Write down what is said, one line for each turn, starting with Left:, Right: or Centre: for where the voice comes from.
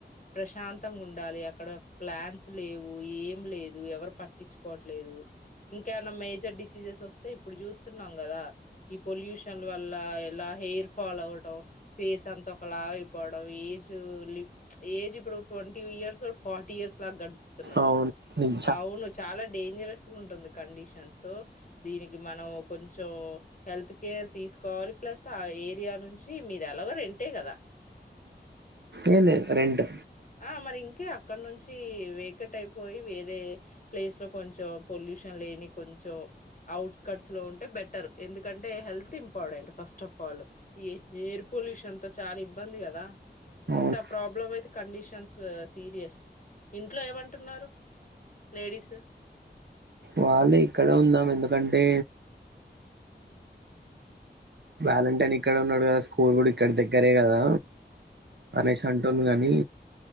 Left: ప్రశాంతంగుండాలి అక్కడ ప్లాన్స్ లేవు ఏఏం లేదు ఎవరు పట్టించుకోవట్లేదు ఇంకానా మేజర్ డిసీజెస్ వస్తే ఇప్పుడు జూస్తున్నాం కదా ఈ పొల్యూషన్లు వల్ల ఎలా హెయిర్ ఫాల్ అవటం ఫేస్ అంత ఒకలాగ ఏజ్ ఏజ్ ఇప్పుడు ట్వంటీ ఇయర్స్ వోడు ఫార్టీ ఇయర్స్ లాగా కనిపిస్తున్నాడు
Right: అవును నిజ
Left: అవును చాలా డేంజరస్ కండిషన్స్ దీనికి మనం కొంచం హెల్త్ కేర్ తీకోవాలి ప్లస్ ఆ ఏరియా నుంచి మీ ఎలాగో రెంటే కదా
Right: ఏం లేదు రెంటు
Left: ఆ మరి ఇంకే అక్కడ నుంచి వేకట్ అయిపోయి వేరే ప్లేస్ లో అక్కడినుంచి వేకెట్ ఐపోయి వేరే ప్లేస్ లో కొంచెం పొల్యూషన్ లేని కొంచెం అవుట్స్కట్స్ లో ఉంటే బెటర్ ఎందుకంటే health important first of all ఏ ఏర్పు పుల్యూషన్ తో చాలా ఇబ్బంది కదా ఇంత
Right: అవును
Left: ప్రాబ్లమైతే కండిషన్స్ సీరియస్, ఇంట్లో ఏమంటున్నారు లేడీస్
Right: వాల్లె ఇక్కడ ఉందామ ఎందుకంటే వ్యాలంటైన్ ఇక్కడ ఉన్నడు కదా స్కూల్ కూడా ఇక్కడి దగ్గరే కదా
Left: ఆ,
Right: అనేశి అంటునుగానీ